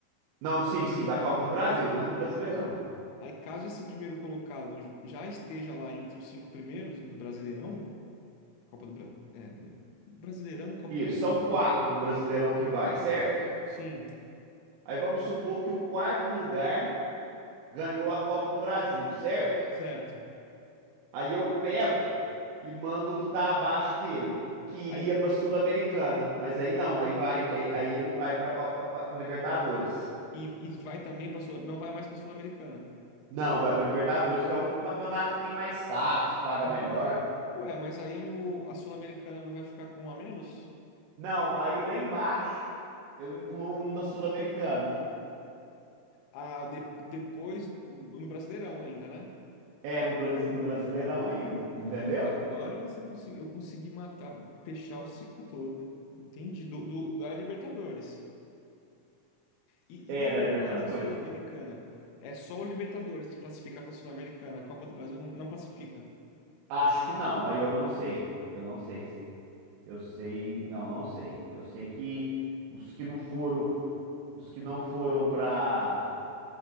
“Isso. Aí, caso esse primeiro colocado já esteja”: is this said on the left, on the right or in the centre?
Left